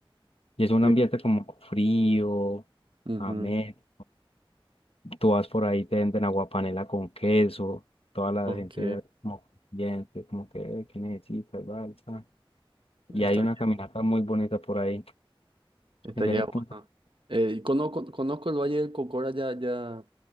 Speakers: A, on the left; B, on the right.
A: Y es un
B: que-
A: ambiente como frío,
B: ujú,
A: ameno. Tú vas por ahí, te venden aguapanela con queso. Toda la
B: ok,
A: gente como, bien, como que, "Eh, ¿qué necesitas? Vale, está". Y
B: estaría,
A: hay una caminata muy bonita por ahí.
B: estaría
A: Ese es el
B: bueno.
A: punto.
B: Eh, conozco, conozco el Valle del Cocora, ya, ya